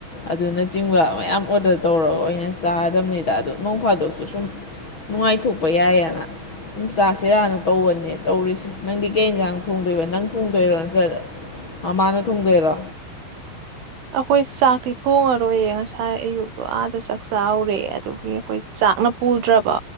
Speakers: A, on the left; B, on the right.
A: ꯑꯗꯨꯅꯆꯤꯡꯕ ꯃꯌꯥꯝ ꯑꯣꯗꯔ ꯇꯧꯔꯒ ꯑꯣꯏꯅ ꯆꯥꯗꯕꯅꯤꯗ ꯑꯗꯣ ꯅꯣꯡ ꯐꯥꯗꯣꯛꯁꯨ ꯁꯨꯝ ꯅꯨꯡꯉꯥꯏꯊꯣꯛꯄ ꯌꯥꯏꯌꯦꯅ꯫ ꯎꯝ ꯆꯥꯁꯤꯔꯅ ꯇꯧꯕꯅꯤ ꯇꯧꯔꯤꯁꯦ꯫ ꯅꯪꯗꯤ ꯀꯩ ꯌꯦꯟꯁꯥꯡ ꯊꯣꯡꯗꯣꯏꯕ ꯅꯪ ꯊꯣꯡꯗꯣꯏꯔꯣ ꯅꯠꯇ꯭ꯔꯒ ꯃꯃꯥꯅ ꯊꯣꯡꯗꯣꯏꯔꯣ
B: ꯑꯩꯈꯣꯏ ꯆꯥꯛꯇꯤ ꯊꯣꯡꯉꯔꯣꯏꯌꯦ ꯉꯁꯥꯏ ꯑꯌꯨꯛꯇꯣ ꯑꯥꯗ ꯆꯥꯛ -ꯆꯥꯎꯔꯦ ꯑꯗꯨꯒꯤ ꯑꯩꯈꯣꯏ ꯆꯥꯛꯅ ꯄꯨꯗ꯭ꯔꯥꯕ